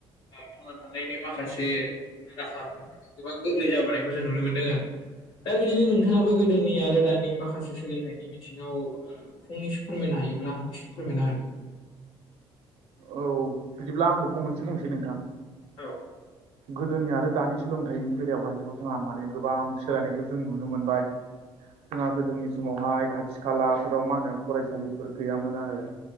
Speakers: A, on the left; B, on the right.
A: थांना थानायनि माखासे राहाफोरा गोबां गोरलै जाबोनायखौ जों नुनो मोनदों। दा बिदिनो नोंथाङाबो गोदोनि आरो दानि माखासे सोलोंथाइनि बि बिथिङाव फंनैसो फोरमायनो हायोब्ला एसे फोरमायना होदो।
B: औ बिदिब्ला आंबो फंनैसो बुंनोसै नोंथां।
A: औ
B: गोदोनि आरो दानि सोलोंथाइनि बेलायावहायथ' जोंहा माने गोबां सोलायनायखौ जों नुनो मोनबाय। जोंहा गोदोनि समावहाय खाथि खालाफोराव मा होनो फरायसालिफोर गैयामोन आरो